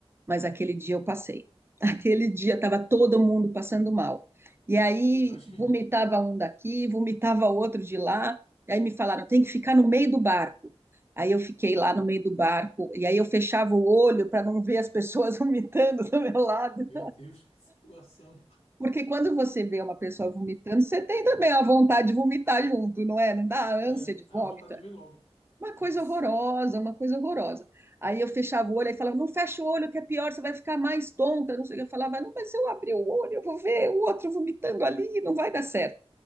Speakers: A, on the right; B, on the left.
A: Mas aquele dia eu passei. <laughs> Aquele dia estava
B: Ah,
A: todo mundo passando mal. E aí
B: eu imagino.
A: vomitava
B: <laughs>
A: um daqui, vomitava outro de lá. E aí me falaram, tem que ficar no meio do barco. Aí eu fiquei lá no meio do barco, e aí eu fechava o olho para não ver as pessoas <laughs> vomitando do meu lado.
B: Meu Deus, que situação.
A: Porque quando você vê uma pessoa vomitando, você tem também a vontade de vomitar junto, não é? Não dá ânsia
B: É,
A: de vômito.
B: a vontade de vir logo.
A: Uma coisa
B: Isso.
A: horrorosa, uma coisa horrorosa. Aí eu fechava o olho, aí falava, não fecha o olho, que é pior, você vai ficar mais tonta. Não sei o que. Eu falava, não, mas se eu abrir o olho, eu vou ver o outro vomitando ali, não vai dar certo.